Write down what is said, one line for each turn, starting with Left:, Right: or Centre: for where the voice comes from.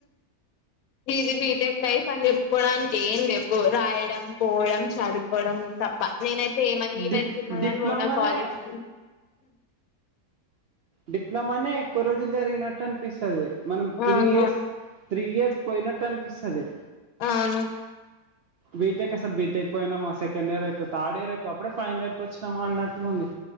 Left: ఇది బీటెక్ నైఫ్ అని చెప్పుకోడానికి ఏంలెవ్వు రాయడం పోవడం చదువుకోవడం తప్ప నేనైత్ సేమని ఈవెంట్స్
Right: డిప్
Left: ఉన్న
Right: డిప్లొమానే
Left: కాని పోనాకాలేజ్ కి
Right: డిప్లొమానే ఎక్కువ రోజులు జరిగినట్టు అనిపిస్తది మనం త్రీ
Left: అవును
Right: ఇయర్స్ త్రీయర్స్ పోయినట్టనిపిస్తది
Left: అవును
Right: బీటెక్ అసలు బీటెక్ పోయినామా సెకండ్ ఇయర్ అయిపోయి థర్డ్ ఇర్ అయి అప్పుడే ఫైనల్ ఇయర్కి వచ్చినమా అన్నట్లుంది